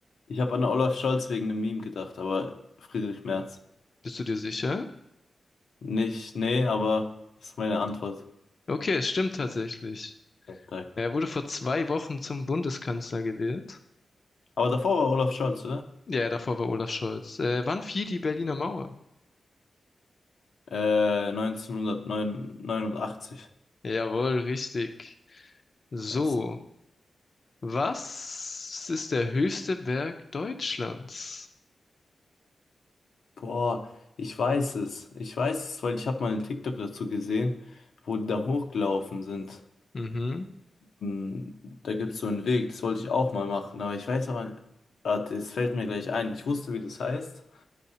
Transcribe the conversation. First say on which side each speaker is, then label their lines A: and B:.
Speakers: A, on the left; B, on the left.
A: Ich habe an Olaf Scholz wegen einem Meme gedacht, aber Friedrich Merz.
B: Bist du dir sicher?
A: Nicht, nee, aber das ist meine Antwort.
B: Okay, es stimmt tatsächlich.
A: Sehr Stark.
B: Ja, Er wurde vor zwei Wochen zum Bundeskanzler gewählt.
A: Aber davor war Olaf Scholz, oder?
B: Ja, davor war Olaf Scholz. Äh, wann fiel die Berliner Mauer?
A: Äh, 1989.
B: Jawohl, richtig. So,
A: Yes.
B: was ist der höchste Berg Deutschlands?
A: Boah, ich weiß es. Ich weiß es, weil ich habe mal einen TikTok dazu gesehen, wo die da hochgelaufen sind.
B: Mhm.
A: Hm, Da gibt es so einen Weg, das wollte ich auch mal machen, aber ich weiß aber, warte, es fällt mir gleich ein. Ich wusste, wie das heißt.